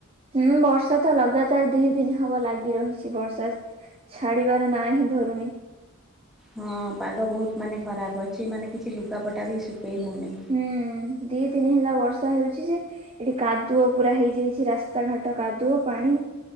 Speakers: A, on the right (about 25°); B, in the centre.
A: ହୁଁ, ବର୍ଷା ତ ଲଗାତାର ଦି ଦିନ ହବ ଲାଗି ରହିଛି। ବର୍ଷା ଛାଡିବାର ନା ହିିଁ ଧରୁନି।
B: ହଁ, ପାଗ ବହୁତ ମାନେ ଖରାପ ଅଛି। ମାନେ କିଛି ଲୁଗାପଟା ବି ଶୁଖେଇ ହଉନି।
A: ହୁଁ ଦି ଦିନି ହେଲା ବର୍ଷା ହଉଚି ଯେ ଏଠି କାଦୁଅ ପୁରା ହେଇଯାଇଚି ରାସ୍ତା ଘାଟ କାଦୁଅ ପାଣି।